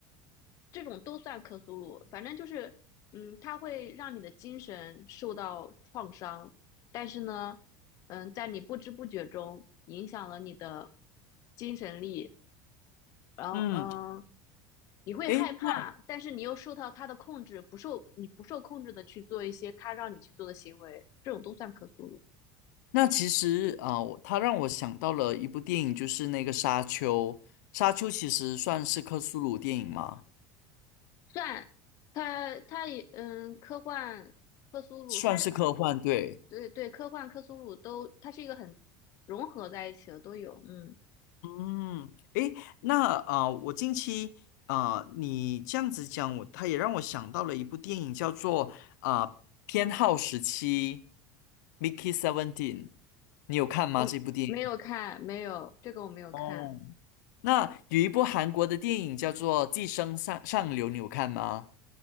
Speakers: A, on the left; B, on the left.
A: 这种都算克苏鲁。反正就是，嗯，它会让你的精神受到创伤，但是呢，嗯，在你不知不觉中影响了你的精神力。然后嗯、
B: 嗯，
A: 呃你会害怕，
B: 诶，那
A: 但是你又受到他的控制，不受你不受控制的去做一些他让你去做的行为，这种都算克苏鲁，
B: 那其实啊、他让我想到了一部电影，就是那个《沙丘》。《沙丘》其实算是科苏鲁电影吗？
A: 算他他也嗯，科幻克苏鲁，
B: 算是科幻，
A: 他是很
B: 对。
A: 对对，科幻克苏鲁都，它是一个很融合在一起的，都有。嗯，
B: 嗯，诶，那啊、呃我近期啊、呃你这样子讲，我他也让我想到了一部电影，叫做啊、呃偏好时期 （Mickey Seventeen），你有看吗？
A: 我没有看，
B: 这部电影？
A: 没有这个我没有看，
B: 哦，那有一部韩国的电影叫做《寄生上上流》，你有看吗？